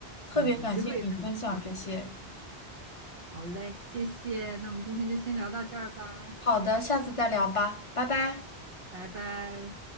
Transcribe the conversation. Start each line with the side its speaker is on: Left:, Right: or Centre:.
Left: 特别感谢你分享这些。
Right: 哎，有机会也可以去。好嘞，谢谢，那我们今天就先聊到这儿吧，
Left: 好的，下次再聊吧，拜拜。
Right: 拜拜。